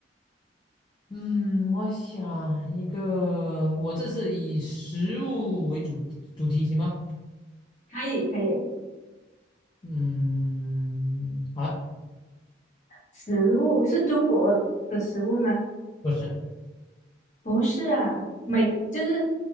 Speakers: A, on the left; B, on the left.
A: 嗯，我想一个，我这是以食物为主主题行吗？
B: 可以可以，
A: 嗯，好了，
B: 食物是中国的食物吗？
A: 不是，
B: 不是啊，美就是